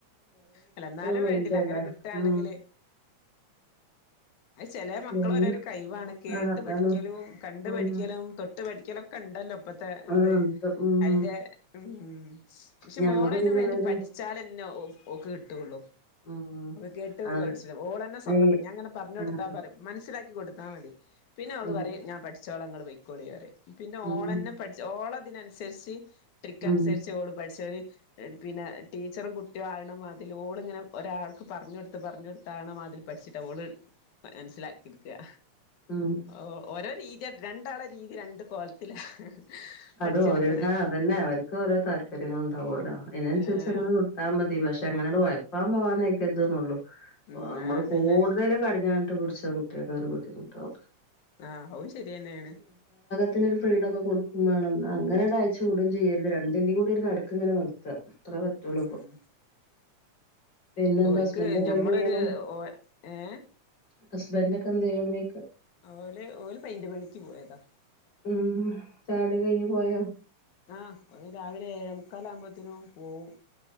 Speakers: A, on the left; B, on the left.
A: അല്ല എന്നാലും
B: മൈൻഡല്ലേ.
A: വേണ്ടില്ല അങ്ങനെ കിട്ടുകാണെങ്കില്
B: ഉം.
A: അയ് ചെലെ മക്കള
B: എന്ന്
A: ഓരോരോ കഴിവാണ് കേട്ട്
B: ആഹ് അതാണ്.
A: പഠിക്കലും കണ്ടു
B: ഉം.
A: പഠിക്കലും തൊട്ട് തൊട്ട് പഠിക്കലൊക്കെണ്ടല്ലോ ഇപ്പത്തെ
B: ആഹ്
A: ഇത്
B: എന്ത് ഉം.
A: അതിന്റെ ഉം പക്ഷെ
B: ഞമ്മക്ക്
A: മോളയിനും
B: പിന്നെ
A: വേണ്ടി
B: ഇവല്
A: പഠിച്ചാലെ ഓക്ക് കിട്ടുള്ളൂ
B: ഉം
A: കേട്ട്
B: അത്
A: പഠിച ഓളന്നെ സ്വന്തം
B: ഏയ്
A: ഞാങ്ങനെ പറഞ്ഞ
B: ആഹ്
A: കൊടുത്താ പറ മനസ്സിലാക്കി കൊടുത്താൽ മതി. പിന്നെ അവള്
B: ഉം
A: പറയും ഞാൻ പഠിച്ചോള ങ്ങള് പോയ്ക്കോളി പറയും. പിന്നെ
B: ഉം
A: ഓളന്നെ ഠിച ഓള തിന്അനുസരിച്ച് ട്രിക്ക്
B: ഉം
A: അനുസരിച്ച് ഓള് പഠിച്ചു പിന്നെ ടീച്ചറും കുട്ടി <unintelligible> അതിൽ ഓളിങ്ങനെ ഒരാൾക്ക് പറഞ്ഞ് കൊടുത്ത് പറഞ്ഞ് കൊടുത്താ ആക്ണ മതിരി പഠിച്ചിട്ടാ ഓള് മനസ്സിലാക്കിട്ക്കാ.
B: ആഹ്
A: ഓ ഓരോ രീതി രണ്ടാള രീതി രണ്ട്. കോലത്തിലാ പഠിച്ചെടുക്കണേ
B: അത് ഓരോ ആ അതന്നെ അവർക്ക് ഓരോ താല്പര്യങ്ങൾ ഉണ്ടാവോലോ? അതിനനുസരിച്ച്
A: ആഹ്
B: അങ്ങനെ ഞ്ഞാ മതി പക്ഷെ എങ്ങനെട്ട് ഒഴ പ്പാൻ പോകാനായിക്കരുതെന്നു ള്ളു.
A: ഉം
B: നമ്മള്
A: ആഹ് അതന്നെ
B: കൂടുതൽ കടിഞ്ഞാ ടിച്ച കുട്ടിയൊക്കെ ഒരു ബുദ്ധിമുട്ടാവും.
A: ആഹ് അതും ശരിയന്നെയാണ്
B: ത്തിരു ഫ്രീഡം ഒക്കെ കൊടുക്കും വേണം. അങ്ങനെ അയച്ച് വിടും ചെയ്യരുത്. രണ്ടിന്റെറെയും കൂടി ഒരു നടക്കിങ്ങനെനിർ. ത അത്രേ പറ്റുള്ളുഇപ്പം.
A: ഉം
B: പിന്നെന്താ
A: ഓൽക്ക്
B: ഹസ്ബന്റൊക്കെന്തെയ്ണു.
A: ഞമ്മളൊരു ഓ ഏ
B: ഹസ്ബന്റൊക്കെ എൻന്തെയ് ണു ന്ന് യ്യ്ക്ക.
A: ഓല് ഓല് പെയിന്റ് പണിക്ക് പോയതാ.
B: ഉം ചായകുടീം കഴിഞ്ഞ് പോയോ?
A: ആഹഓര് രാവിലെ ഏഴേമുക്കാല് ആകുമ്പോത്തിന് പോകും.